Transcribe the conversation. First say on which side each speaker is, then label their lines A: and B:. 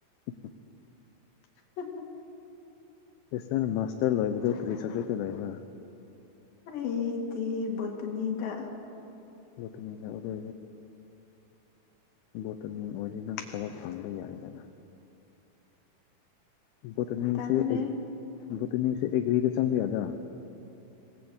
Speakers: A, on the left; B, on the left.
A: ꯎꯝ
B: ꯍꯥꯍꯥꯍꯥ
A: ꯁꯤꯁꯇꯔ ꯃꯥꯁꯇꯔ ꯂꯣꯏꯕꯗꯤ ꯀꯔꯤ ꯁꯞꯖꯦꯛꯇ ꯂꯣꯏꯕꯔ
B: ꯑꯩꯗꯤ ꯕꯣꯇꯅꯤꯗ
A: ꯂꯠꯅꯤ ꯌꯥꯗ ꯕꯣꯇꯅꯤ ꯑꯣꯏꯔꯗꯤ ꯅꯪ ꯊꯕꯛ ꯐꯪꯕ ꯌꯥꯏꯗꯅ ꯕꯣꯇꯅꯤꯁꯦ
B: ꯇꯜꯂꯦ
A: ꯕꯣꯇꯅꯤꯁꯦ ꯑꯦꯒ꯭ꯔꯤꯗ ꯆꯪꯕ ꯌꯥꯗꯔꯥ